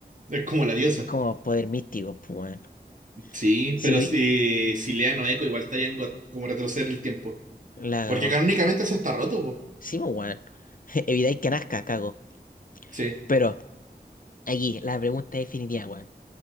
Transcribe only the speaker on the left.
Como poder místico, pues weón.
Si
doy-
la
cago.
Sí, pues weón. <laughs> Evitáis que nazca, cago.
Pero aquí, la pregunta definitiva, weón.